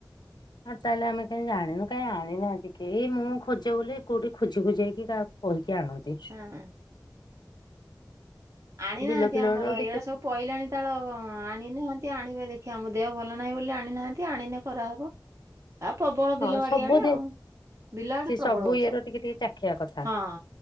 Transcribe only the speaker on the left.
ହଁ ତାହେଲେ ଆମେ କାହିି ଜଣନୁ କାହିଁ ଆଣିନାନ୍ତିିକେଇ ମୁଁ ଖୋଜ ବୋଲି କୋଉଠି ଖୋଜି ଖୋଜେଇକି କାହାକୁ। କହିଁକି କି ଆଣନ୍ତି।
ବିଲ ଫିଲ
ଗୁଡା
ଦେଖି
ହଁ
ସବୁ ଦେ
ସେ
ସବୁ
ଇଏର ଟିକେ ଟିକେ ଚାଖିବା କଥା